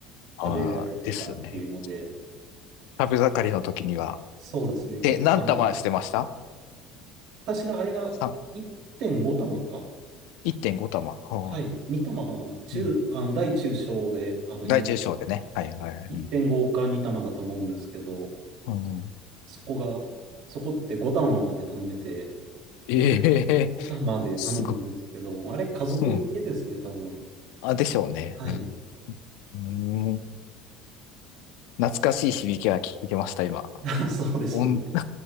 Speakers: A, on the left; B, on the right.
A: ああ、
B: 食べられてたっていうので、
A: ですよね。食べ盛りの時には。
B: そうですね、結構ありがた
A: で、何玉してました
B: 私があれが1.5玉か。
A: 三1.5玉。はあ、
B: はい、2玉かな。中、
A: うん。
B: あの、大中小で、あの、言う、
A: 大中小でね。はいはい。はいうん。
B: 1.5か2玉だと思うんですけど、
A: うん
B: そこが、そこって5玉まで頼めて、
A: ええ
B: 5玉で頼むんですけど、
A: <laughs> すごい。
B: あれ家族向けですね、
A: うん。
B: 多分。
A: あ、でしょうね。
B: はい。
A: うん。うん懐かしい響きが聞けました、今。
B: <laughs> そうですね。
A: 温